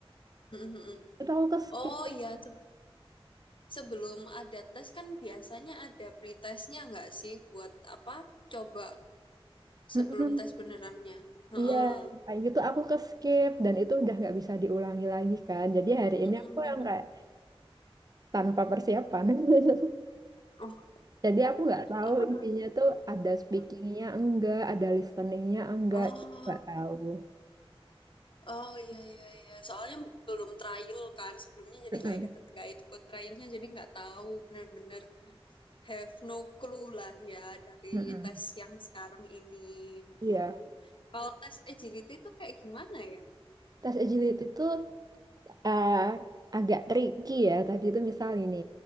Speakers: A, on the left (about 55°); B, on the right (about 40°).
A: Mm-mm. mm-mm.
B: Itu aku ke skip
A: Oh ya, se- sebelum ada tes kan biasanya ada pretestnya nggak sih buat apa? Coba
B: gitu.
A: Sebelum tes benerannya. Heeh.
B: Iya, kayak gitu aku ke skip dan itu udah nggak bisa diulangi lagi kan. Jadi hari
A: Mm-mm.
B: ini aku yang kayak tanpa persiapan. <laughs>
A: Oh,
B: Jadi aku nggak tahu
A: aku
B: intinya
A: dulu.
B: tuh ada speakingnya
A: ah.
B: enggak, ada listeningnya enggak,
A: Oh,
B: itu nggak tahu.
A: oh iya iya iya. Soalnya belum trial kan sebelumnya, jadi
B: Mm-mm,
A: nggak ikut nggak ikut trialnya, jadi nggak tahu bener-bener have no clue lah ya dari
B: mm-mm.
A: tes yang sekarang ini. Mm-mm.
B: Iya,
A: Kalau tes agility itu kayak gimana ya?
B: tes agility itu eh, agak tricky ya. Tadi itu misal ini